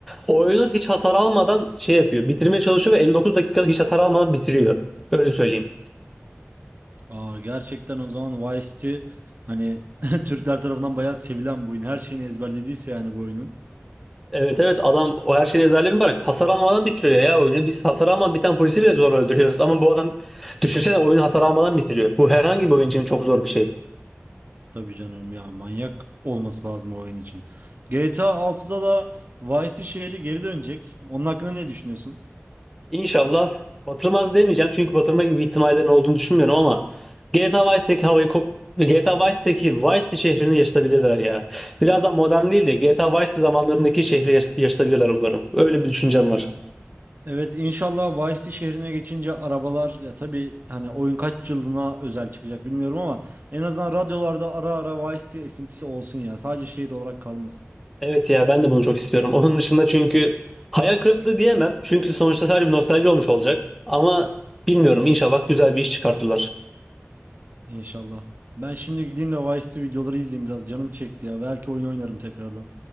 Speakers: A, in the centre; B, on the right.
A: Oyunu hiç hasar almadan şey yapıyor. Bitirmeye çalışıyor ve 59 dakikada hiç hasar almadan bitiriyor. Öyle söyleyeyim.
B: Aa gerçekten o zaman Vice City hani <laughs> Türkler tarafından bayağı sevilen bu oyun. Her şeyini ezberlediyse yani bu oyunun.
A: Evet evet adam o her şeyin ezberlerini bırak. Hasar almadan bitiriyor ya oyunu. Biz hasar almadan biten polisi bile zor öldürüyoruz. Ama bu adam düşünsene oyunu hasar almadan bitiriyor. Bu herhangi bir oyun için çok zor bir şey.
B: Tabii canım ya manyak olması lazım o oyun için. GTA 6'da da Vice City şehri geri dönecek. Onun hakkında ne düşünüyorsun?
A: İnşallah batırmaz demeyeceğim. Çünkü batırma gibi ihtimallerin olduğunu düşünmüyorum ama GTA Vice'deki havayı kop GTA Vice'deki Vice City şehrini yaşatabilirler ya. birazdan modern değil de GTA Vice City zamanlarındaki şehri yaş- yaşatabilirler umarım. Öyle bir düşüncem var.
B: Yani, evet inşallah Vice City şehrine geçince arabalar ya tabii hani oyun kaç yılına özel çıkacak bilmiyorum ama en azından radyolarda ara ara Vice City esintisi olsun ya. Sadece şehir olarak kalmasın
A: Evet ya ben de bunu çok istiyorum. Onun dışında çünkü hayal kırıklığı diyemem. Çünkü sonuçta sadece bir nostalji olmuş olacak. Ama bilmiyorum inşallah güzel bir iş çıkartırlar.
B: inşallah. Ben şimdi gideyim de Vice City videoları izleyeyim biraz canım çekti ya. Belki oyun oynarım tekrardan.